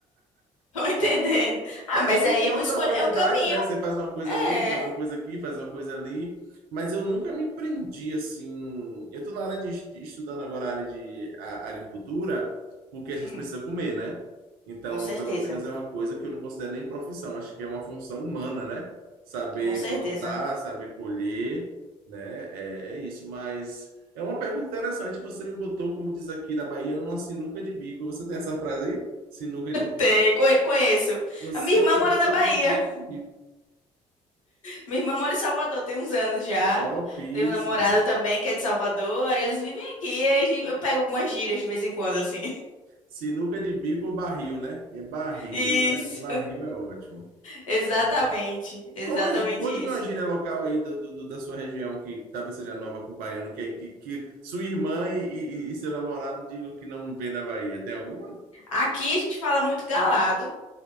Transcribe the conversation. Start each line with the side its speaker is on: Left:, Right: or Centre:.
Left: <laughs> Tô entendendo. Ah,
Right: É
Left: mas
Right: o futuro
Left: aí é uma escolha,
Right: da humanidade,
Left: é um caminho.
Right: né? Você faz uma coisa
Left: É.
Right: ali, faz uma coisa aqui, faz uma coisa ali. Mas eu nunca me prendi assim. Eu estou na área de de- estudando agora a área de a- agricultura, porque a
Left: Hum,
Right: gente precisa comer, né? Então,
Left: com certeza,
Right: pelo menos é uma coisa que eu não considero nem profissão, acho que é uma função humana, né? Saber
Left: com certeza.
Right: plantar, saber colher, né? É, é isso, mas é uma pergunta interessante. Você me botou, como diz aqui na Bahia, numa sinuca de bico. Você tem essa frase aí? Sinuca de
Left: Tem, conhe- conheço.
Right: você
Left: A minha irmã
Right: me
Left: mora
Right: botou
Left: na Bahia.
Right: no sinuca de bico.
Left: Minha irmã mora em Salvador, tem uns anos já.
Right: Topíssimo.
Left: Tem um namorado também que é de Salvador. Aí eles vivem aqui. Aí eu pego algumas gírias de vez em quando, assim.
Right: Sinuca de bico ou barril, né? É barril,
Left: <laughs>
Right: né?
Left: Isso,
Right: O barril é ótimo.
Left: exatamente.
Right: Ah,
Left: Exatamente
Right: Qual é, conte-me
Left: isso.
Right: uma gíria local aí do, do- do- da sua região que talvez seja nova para o baiano, que, é, que, que sua irmã e, e- e seu namorado digam que não vê na Bahia. Tem alguma?
Left: Aqui a gente fala muito galado